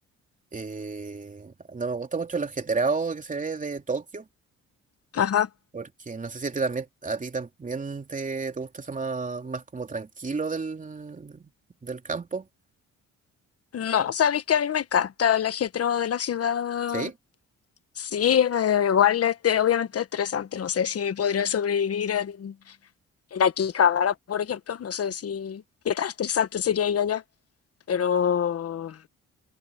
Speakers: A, on the right; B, on the left.
A: eh, no me gusta mucho lo ajetreado que se ve de Tokio,
B: Ajá.
A: porque no sé si a ti también, a ti también te, te gusta eso más, más como tranquilo del, del campo,
B: No, sabéis que a mí me encanta el ajetreo de la ciudad.
A: ¿sí?
B: Sí, me- igual este, obviamente es estresante. No sé si podría sobrevivir en, en Akihabara, por ejemplo. No sé si qué tan estresante sería ir allá. Pero